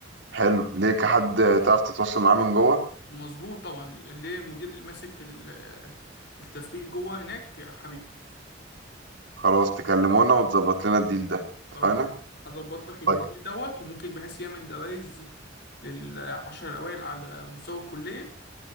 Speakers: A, on the right; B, on the left.
A: حلو ليك حد تعرف تتواصل معاه من جوه
B: مظبوط طبعا اللي هي المدير اللي ماسك ال- التسويق جوه هناك يا حبيبي
A: خلاص تكلمونا وتظبط لنا الديل ده
B: خلاص
A: اتفقنا
B: هظبط لك الديل
A: طيب
B: دوت وممكن بحيث يعمل جوائز للعشر الأوائل على مستوى الكلية